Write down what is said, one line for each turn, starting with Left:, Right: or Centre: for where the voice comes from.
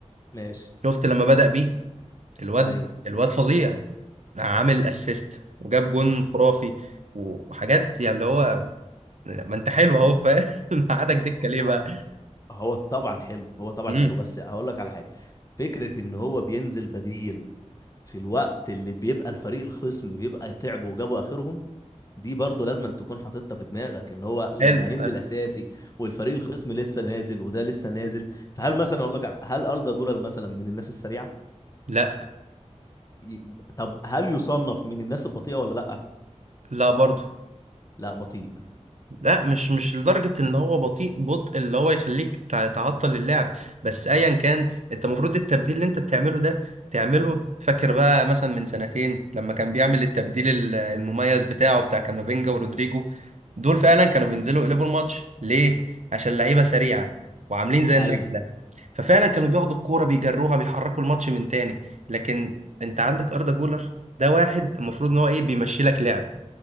Left: ماشي
Right: شفت لما بدأ بيه الواد
Left: ايوه
Right: الواد فظيع عامل اسيست وجاب جون خرافي وحاجات يعني اللي هو ما انت حلو اهو فاهم <laughs> ما عادك دكه ليه
Left: ه-
Right: بقى
Left: هو طبعا حلو هو طبعا
Right: امم
Left: حلو بس هقول لك على حاجه فكره ان هو بينزل بديل في الوقت اللي بيبقى الفريق الخصم بيبقى تعبوا وجابوا اخرهم دي برضه لازم أن تكون حاططها في دماغك ان هو لما
Right: حلو
Left: هينزل اساسي والفريق الخصم لسه نازل وده لسه نازل فهل مثلا اقول لك على هل أردا جولر مثلا من الناس السريعه
Right: لا
Left: ي- طب هل يصنف من الناس البطيئه ولا لا
Right: لا برضه
Left: لا بطيء
Right: لا مش مش لدرجة ان هو بطيء بطء اللي هو يخليك تع- تعطل اللعب بس ايا كان انت المفروض التبديل اللي انت بتعمله ده تعمله فاكر بقى مثلا من سنتين لما كان بيعمل التبديل ال- المميز بتاعه بتاع كامافينجا ورودريجو دول فعلا كانوا بينزلوا يقلبوا الماتش ليه؟ عشان لعيبة سريعة وعاملين زي
Left: ايوه
Right: النحلة ففعلا كانوا بياخدوا الكورة بيجروها بيحركوا الماتش من تاني لكن انت عندك أردا جولر ده واحد المفروض ان هو ايه بيمشي لك لعب